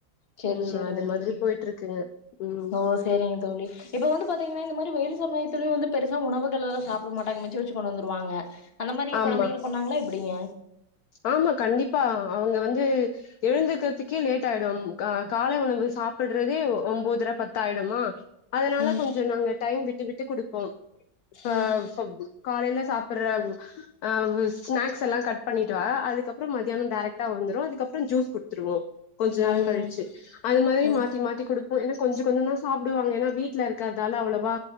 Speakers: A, on the left; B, on the left.
A: செரி
B: ம்
A: செரிங்க
B: அது
A: தோழி
B: மாதிரி போயிட்டு இருக்குங்க ம்
A: ஓ செரிங்க தோழி இப்ப வந்து பாத்தீங்ன்னா இந்த மாரி வெயில் சம்மையத்துலயு வந்து பெருசா உணவுகள்ல் சாப்ட மாட்டாங்க மிச்சு வெச் ச்சு கொண்டு வந்துருவாங்க அந்த மாரி
B: ஆமா
A: கொழந்தைகள் பண்ணாங்ளா எப்படிங்க
B: ஆமா கண்டிப்பா அவங்க வந்து எழுந்துக்கிற்துக்கே லேட் ஆய்டும் கா காலை உணவு சாப்புட்றதே ஒம்போதர பத்தாய்டுமா அதனால
A: ம்
B: கொஞ்சோ நாங்க டைம் விட்டு விட்டு குடுப்போம் ஆ
A: ம்
B: ச காலைல சாப்புற அ ஸ்நாக்ஸ் எல்லா கட் பண்ணிட்டா அதுக்கப்புறம் மதியான் டேரக்ட் டா வந்துரு அதுக்கப்றோ ஜூஸ் குடுத்துருவோ கொஞ்சோ நேரோ
A: ம்
B: கழிச்சு அது மாரி
A: ம் ம்
B: மாத்தி மாத்தி குடு ஏன்னா கொஞ்சோ கொஞ்சதா சாப்டுவாங்க ஏன்னா வீட்ல இருக்கதால அவ்ளவா